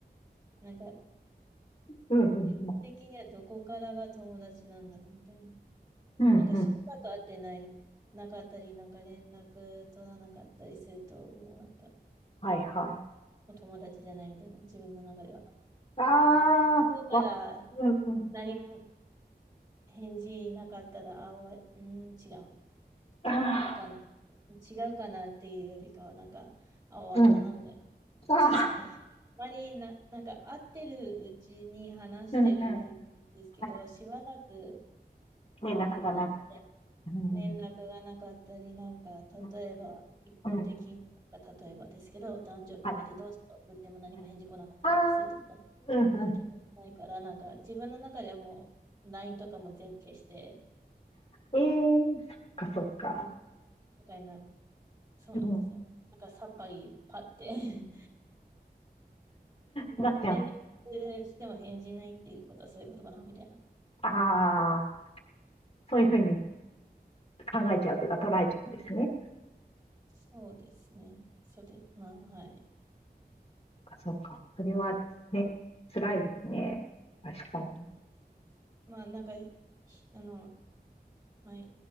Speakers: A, on the right; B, on the left.
A: なんか
B: うんうんうん。
A: 自分的にはどこからが友達なんだろうみたいな。
B: うんうん。
A: なんかしばらく会ってない、なかったり、なんか連絡取らなかったりすると、もうなんか、
B: はいはい。
A: もう友達じゃないみたいな、自分の中では。
B: あ
A: 向こうから
B: あ、わかる。うんうん。
A: 何も返事なかったら、あ、終わり、うん、違う
B: ああ、
A: かな。違うかなっていうよりかは、なんか、あ、終わったな、
B: うん。
A: みたいな。
B: ああ、
A: <laughs> まりな、なんか会ってるうちに話してる分ですけど、
B: うんうん。はい。
A: しばらく
B: 連絡がなかったり。
A: 話して
B: うんうん
A: 連絡がなかったり、なんか例えば一方的に、
B: うん。うんうん。
A: なんか例えばですけど、お誕生日おめでとうとか送っても何も返事来なかったりとかすると、
B: はい。はい。ああ、
A: もう送ってくれないから、
B: うんうん。
A: なんか自分の中ではもう LINE とかも全部消して、
B: ええーそっかそっか。
A: とかにな、そうなんですよ。
B: うん。
A: なんかさっぱりパって <laughs>
B: なっちゃん。
A: 連絡しても返事ないっていうことはそういうことかな、みたいな。
B: ああ、そういうふうに考えちゃうというか捉えちゃうんですね。そ
A: そうですね。それ、まあ、はい。
B: っか、そっか。それはね、辛いですね。確かに。
A: まあ、なんか、ひあの、まあ、